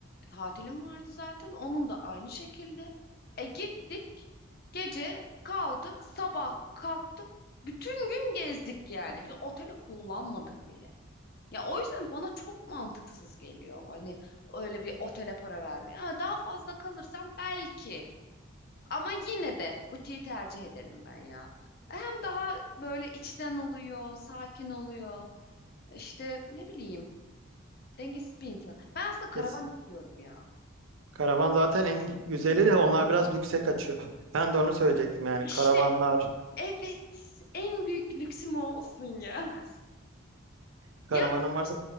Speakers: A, on the left; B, on the right.
A: tatilim vardı zaten. Onun da aynı şekilde. E gittik. Gece kaldık. Sabah kalktık. Bütün gün gezdik yani. Biz oteli kullanmadık bile. Ya o yüzden bana çok mantıksız geliyor. Hani öyle bir otele para vermeye. Ha, daha fazla kalırsam belki. Ama yine de butiği tercih ederim ben ya. Hem daha böyle içten oluyor, sakin oluyor. İşte ne bileyim. Dengesiz bir insan. Ben aslında karavan
B: Kesin.
A: istiyorum ya.
B: Karavan zaten en güzeli de onlar biraz lükse kaçıyor. <laughs> Ben de onu söyleyecektim yani
A: İşte
B: karavanlar,
A: evet. En büyük lüksüm o olsun ya. <laughs>
B: karavanın
A: Ya bu-
B: varsa